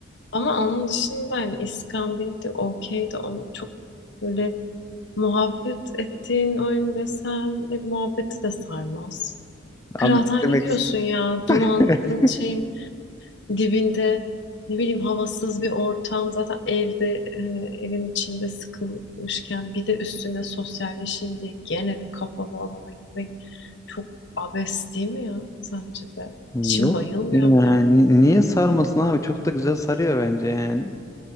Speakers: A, on the left; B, on the left.
A: Ama onun dışında hani İskambil'di, okeydi. Onu çok böyle muhabbet ettiğin oyun desem e, muhabbeti de sarmaz. Kıraathane
B: Abi ne demek
A: diyorsun ya dumanın
B: <laughs>
A: şeyin dibinde ne bileyim havasız bir ortam zaten evde hani evin içinde sıkılmışken bir de üstüne sosyalleşeyim diye gene bir kapalı alana gitmek çok abes değil mi ya sence de?
B: Yok.
A: İçin bayılmıyor
B: Yani
A: mu yani?
B: niye sarmasın abi? Çok da güzel sarıyor bence yani.